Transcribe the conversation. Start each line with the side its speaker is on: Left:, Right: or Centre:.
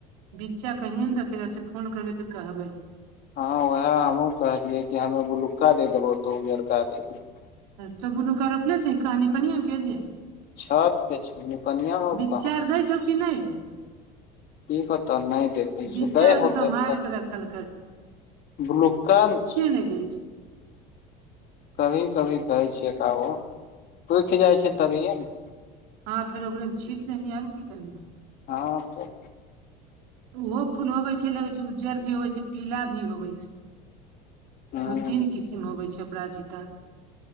Right: बिच्चा कहिये ने देखैले आछै फोन करबै तऽ कहबै।
Left: हँ वहै हमहुँ कहलियै कि हमैं बुलुक्का दे देबौ तों उजरका दे दीहें।
Right: तो बुलुका रोपले छिहीं कहां निपनिया के जे
Left: छत पे छैय, निपनिया अब
Right: बिच्चा
Left: कहाँ
Right: आर
Left: पे
Right: दै
Left: छै।
Right: छौ कि नैय रे।
Left: की पता नैय दे किछो
Right: बिच्चा
Left: दै
Right: आर
Left: होतै
Right: के सम्हार
Left: त
Right: के रखल
Left: बुलुका ने छैय।
Right: नैय दै छैय।
Left: कभी -कभी दै छै एकागो, सुइख जाय छै तभिए ने
Right: हां फेर ओकरे मे छीट दहीं और की करभीं
Left: हां तो।
Right: ओहो फूल होवे छैय लगैय छैय उज्जर भी होय छैय पीला भी होवै छैय।
Left: ह
Right: दू तीन किसिम होबैय छैय अपराजिता।